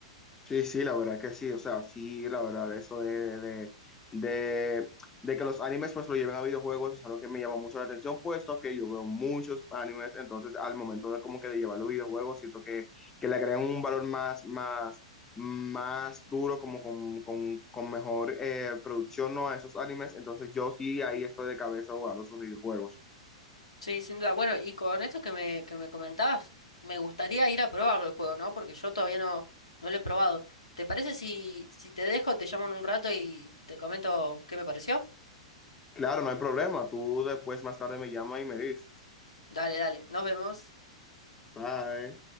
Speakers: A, on the left; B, on the left.
A: Sí, sí, la verdad que sí, o sea, sí, la verdad, eso de, de, de, de que los animes pues lo lleven a videojuegos es algo que me llama mucho la atención, puesto que yo veo muchos animes, entonces al momento de como que de llevar los videojuegos, siento que, que le agregan un valor más, más, más duro, como con, con, con mejor eh, producción, ¿no? a esos animes, entonces yo sí ahí estoy de cabeza jugando esos videojuegos.
B: Sí, sin duda. Bueno, y con esto que me, que me comentabas, me gustaría ir a probarlo el juego, ¿no? Porque yo todavía no, no lo he probado. ¿Te parece si, si te dejo, te llamo en un rato y te comento qué me pareció?
A: Claro, no hay problema, tú después más tarde me llamas y me dices,
B: Dale, dale, nos vemos.
A: bye.